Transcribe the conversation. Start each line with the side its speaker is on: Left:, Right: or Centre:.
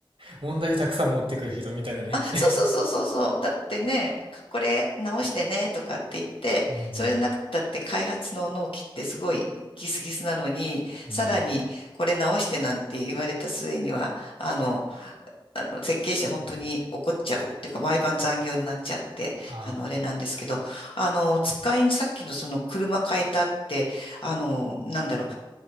Right: 問題たくさん持ってくる人みたいなね。
Left: あ、そうそうそうそうそう。だってね、かこれ直してねとかって言って、
Right: <laughs> うん、
Left: それでなくったって開発の納期ってすごいギスギスなのに、
Right: うん。
Left: さらにこれ直してなんて言われた末には、あの、あの設計者本当に怒っちゃうっていうか、毎晩残業になっちゃって、
Right: あ
Left: あの、あれなんですけど、あの、使いにさっきのその車変えたって、あの、なんだろう、